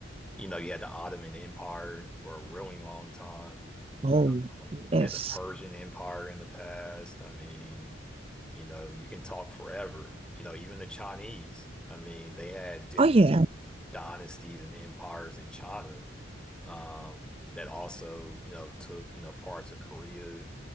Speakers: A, in the centre; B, on the right.
A: you know, you had the Ottoman Empire for a really long time.
B: Oh,
A: Um,
B: yes.
A: had the Persian Empire in the past. I mean, you know, you can talk forever. You know, even the Chinese. I mean, they had different
B: Oh, yeah. So,
A: dynasties and empires in China um, that also, you know, took, you know, parts of Korea